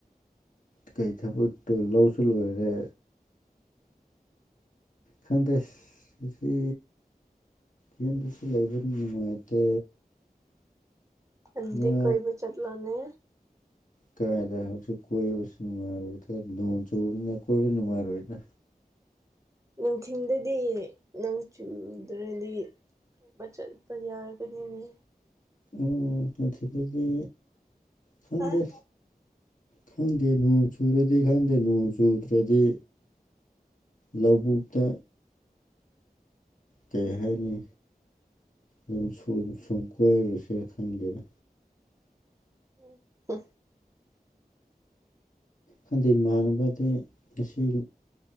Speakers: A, on the left; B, on the right.
A: ꯀꯩ ꯊꯕ ꯇꯨ ꯂꯧꯁꯨ ꯂꯣꯏꯔꯦ ꯈꯪꯗꯦꯁꯁꯤ ꯌꯨꯝꯗꯁꯨ ꯂꯩꯕ ꯅꯨꯡꯉꯥꯏꯇꯦ
B: ꯑꯗꯤ
A: ꯉꯥ
B: ꯀꯣꯏ ꯆꯠ ꯂꯥꯟꯅꯦ
A: ꯀꯥꯏꯗ ꯍꯧꯁꯨꯛ ꯀꯣꯏꯕꯁꯨ ꯅꯨꯡꯉꯥꯏꯔꯣꯏꯗꯥ ꯅꯣꯡ ꯆꯨꯕꯅꯤꯅ ꯀꯣꯏꯕꯁꯨ ꯅꯨꯡꯉꯥꯏꯔꯣꯏꯗ
B: ꯅꯨꯡꯊꯤꯟꯗꯗꯤ ꯅꯪ ꯔꯦꯜꯂꯤ <unintelligible> ꯆꯠꯄ ꯌꯥꯎꯔꯒꯅꯤꯅꯤ
A: ꯎꯝ ꯑꯗꯨꯗꯤ ꯈꯪꯗꯦ
B: ꯍꯥ
A: ꯈꯪꯗꯦ ꯅꯣꯡ ꯆꯨꯔꯗꯤ ꯈꯪꯗꯦ ꯅꯣꯡ ꯆꯨꯗ꯭ꯔꯗꯤ ꯂꯧꯕꯨꯛꯇ ꯀꯩ ꯍꯥꯏꯅꯤ ꯑꯗꯨꯝ ꯁꯨꯝ ꯁꯨꯝ ꯀꯣꯏꯔꯨꯁꯦꯅ ꯈꯪꯗꯦꯅ
B: ꯎꯝ ꯍ
A: ꯈꯟꯗꯩ ꯃꯥꯟꯅꯕꯗꯤ ꯉꯁꯤ